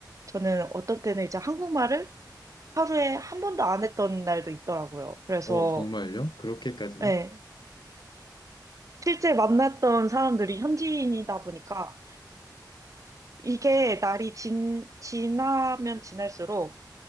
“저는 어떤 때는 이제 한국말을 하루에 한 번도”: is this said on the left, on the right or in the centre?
Right